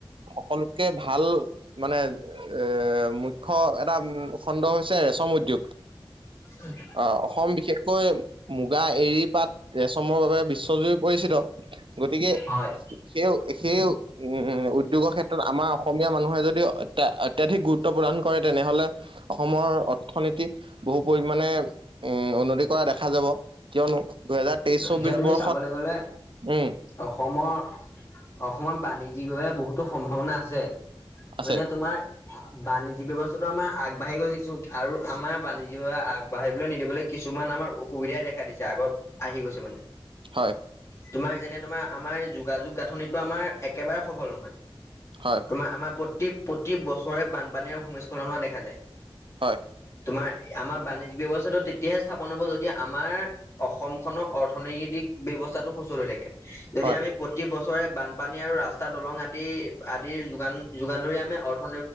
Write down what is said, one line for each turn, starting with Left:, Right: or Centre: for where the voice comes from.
Right: সকলোতকে ভাল মানে এ মুখ্য এটা উ খণ্ড হৈছে -ৰেচম উদ্যোগ।
Left: উম্,
Right: অ', অসম বিশেষকৈ মুগা, এৰিপাত, ৰেচমৰ বাবে বিশ্বজুৰি পৰিচিত। গতিকে,
Left: হয়
Right: সেই সেইও উম্, উদ্যোগৰ ক্ষেত্ৰত আমাৰ অসমীয়া মানুহে যদি অত্যাধিক গুৰুত্ব প্ৰদান কৰে তেনেহ'লে, অসমৰ অৰ্থনীতি বহু পৰিমাণে উম, উন্নতি কৰা দেখা দেখা যাব, কিয়নো দুহেজাৰ তেইশ চৌবিশ
Left: এতিয়া তুমি
Right: বৰ্ষত
Left: চাবলে গ'লে
Right: উম
Left: অসমৰ, অসমৰ বাণিজ্যিক ভাৱে বহুতো সম্ভাৱনা আছে।
Right: আছে
Left: মানে তোমাৰ বাণিজ্যিক ব্যৱস্থাটো আমাৰ আগবাঢ়ি গৈছে চোন আৰু আমাৰ বাণিজ্য আগবাঢ়িবলৈ নিদিবলে কিছুমান আমাৰ অসুবিধাই দেখা দিছে, আগত আহি গৈছে মানে।
Right: হয়।
Left: তোমাৰ যেনে তোমাৰ আমাৰ যোগাযোগ গাঁথনিটো আমাৰ একেবাৰে সবল নহয়।
Right: হয়।
Left: আমাৰ আমাৰ প্ৰতি প্ৰতি বছৰে বানপানী আৰু ভূমিস্খলন হোৱা দেখা যায়।
Right: হয়।
Left: তোমাৰ আমাৰ বাণিজ্যিক ব্যৱস্থাটো তেতিয়াহে স্থাপন হ'ব যদি আমাৰ অসমখনক অৰ্থনৈতিক ব্যৱস্থাটো সুচল হৈ থাকে, যদি
Right: হয়
Left: আমি প্ৰতি বছৰে বানপানী আৰু ৰাস্তা দলং আদি আদিৰ যোগান যোগান ধৰি আমি অৰ্থন